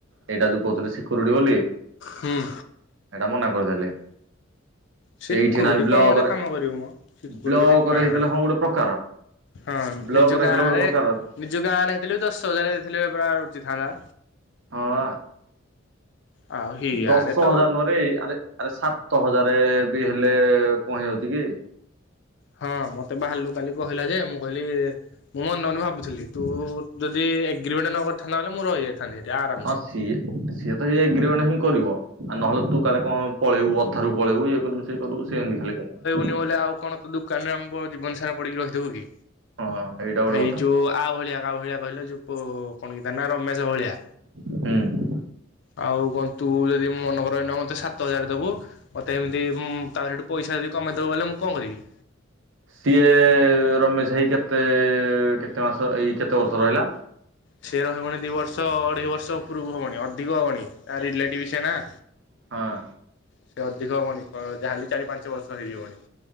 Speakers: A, on the right (about 70°); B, on the left (about 60°).
A: ହେଇଟା ଯୋଉ କହୁଥିଲେ ଶିକୁରୁଟି ବୋଲି।
B: ହୁଁ
A: ଏଇଟା ମନା କରିଦେଲି
B: ସିକୁରିଟି
A: ଏଇଠି ନାଇଁ ବ୍ଲକରେ
B: କଣ କାମ କରିବ ମ ସିକୁରିଟି
A: ବ୍ଲକରେ
B: ବେକାର
A: ହେଇଥିଲା
B: ଟାଡେ
A: ହଁ ଗୋଟେ ପ୍ରକାର
B: ହଁ
A: ବ୍ଲକରେ
B: ନିଜ
A: ହେଇଥିଲା
B: ଗାଁ
A: ଗୋଟେ
B: ରେ
A: ପ୍ରକାର
B: ନିଜ ଗାଁରେଇଥିଲେ ଦଶ ହଜାର ଦେଇଥିଲେ ପୁରା ରୁଚି ଥାନ୍ତା
A: ହଁ ଆ
B: ଆଉ ହିଆଡେ
A: ଦଶ
B: ତ
A: ହଜାର ନରେ ଆରେ ଆରେ ସାତ ହଜାର ବି ହେଲେ କଣ ହେଇଯାଉଛି କି
B: ହଁ ମତେ ଭାଲୁ କାଲି କହିଲା ଯେ ମୁଁ କହିଲି ମୁଁ ମନେ ମନେ ଭାବୁଥିଲି ତୁ ଯଦି ଏଗ୍ରିମେଣ୍ଟ ନ କରିଥାନ୍ତା ବଳେ ମୁଁ ରହିଯାଇଥାନ୍ତି ଆରାମ
A: ହସି ସିଏ ତ ଏଗ୍ରିମେଣ୍ଟ ହିଁ କରିବ ଆ ନହେଲେ ତୁ କାଲେ କଣ ପଳେଇବୁ ଅଧାାରୁୁ ପଳେଇବୁ ଇଏ କରିବୁ ହେ ପ୍ରଭୂ ସେ ଏମିତି ଖାଲି କହିଲା
B: ନଲେ ଆଉ କଣ ତ ଦୋକାନରେ ଆମ ଜୀବନ ସାରା ପଡିକି ରହିଥିବୁ କି
A: ହଁ ସେଇଟା ଗୋଟେ
B: ଏଇ
A: କଥା
B: ଯୋଉ ଆ ଭଳିଆ କା ଭଳିଆ କହିଲେ ଯୁ କଣ କିତା ନା ରମେଶ ଭଳିଆ
A: ହୁଁ
B: ଆଉ କଣ ତୁ ଯଦି ମନେକର ଇନେ ମତେ ସାତ ହଜାର ଦବୁ ମତେ ସେମିତି ତାପରେ ସେଠି ପଇସା ଯଦି କମେଇଦବ ବଲେ ମୁଁ କଣ କରିବି।
A: ସିଏ ରମେଶ ଭାଇ କେତେ କେତେ ମାସ ଏଇ କେତେ ବର୍ଷ ରହିଲା।
B: ସେ ରହିବନି ଦି ବର୍ଷ ଅଢେଇ ବର୍ଷ ଉପର କୁ ହବଣି ଅଧିକ ହବଣି ତା ରିଲେଟିଭ ସେଏ ନା।
A: ହଁ।
B: ସେ ଅଧିକ ହେବନି ଯାହାେଲେ ଚାରି ପାଞ୍ଚ ବର୍ଷ ହେଇଯିବଣି।